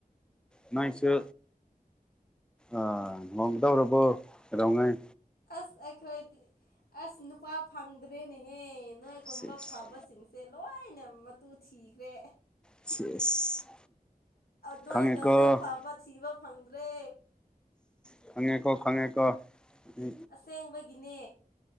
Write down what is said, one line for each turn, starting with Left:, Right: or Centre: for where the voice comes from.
Centre: ꯅ‌ꯣꯏꯁꯨ ꯑꯥ ꯂꯣꯡꯒꯗꯧꯔꯕꯣ ꯀꯩꯗꯧꯉꯩ
Left: ꯑꯁ ꯑꯩꯈꯣꯏꯗꯤ ꯑꯁ ꯅꯨꯄꯥ ꯐꯪꯗ꯭ꯔꯦꯅꯦꯍꯦ ꯅꯣꯏꯒꯨꯝꯕ
Centre: ꯁꯤꯁ
Left: ꯐꯕꯁꯤꯡꯁꯦ ꯁꯦ ꯂꯣꯏꯅ ꯃꯇꯨ ꯊꯤꯈ꯭ꯔꯦ
Centre: ꯁꯤꯁ
Left: ꯅꯣꯏꯥꯏ
Centre: ꯈꯪꯉꯦꯀꯣ
Left: ꯇꯧꯅ ꯐꯕ ꯊꯤꯕ ꯐꯪꯗ꯭ꯔꯦ
Centre: ꯎ ꯈꯉꯀ ꯈꯉꯀꯣ ꯎ
Left: ꯑꯁꯦꯡꯕꯒꯤꯅꯦ